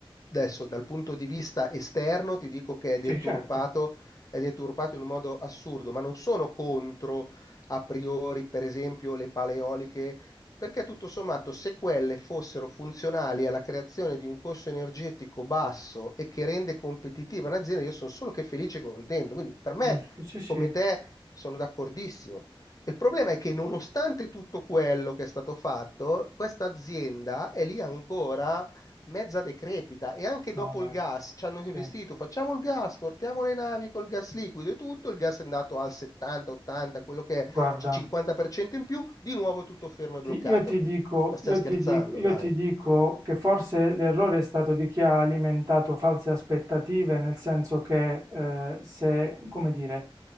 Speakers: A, on the left; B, on the right.
A: adesso dal punto di vista esterno ti dico che è deturpato,
B: sì, certo,
A: è deturpato in un modo assurdo, ma non sono contro a priori, per esempio, le paleoliche, perché tutto sommato se quelle fossero funzionali alla creazione di un costo energetico basso e che rende competitiva un'azienda, io sono solo che felice e contento. Quindi per me,
B: giusto, sì, sì,
A: come te, sono d'accordissimo. Il problema è che nonostante tutto quello che è stato fatto, questa azienda è lì ancora mezza decrepita e anche
B: vabbè,
A: dopo il gas ci hanno investito,
B: sì,
A: facciamo il gas, portiamo le navi col gas liquido e tutto, il gas è andato al 70, 80, quello che è
B: guarda.
A: 50% in più, di nuovo tutto fermo e bloccato.
B: Ti- Io ti dico,
A: Ma stiamo
B: io
A: scherzando,
B: ti dico, io
A: dai.
B: ti dico che forse l'errore è stato di chi ha alimentato false aspettative, nel senso che eh, se, come dire,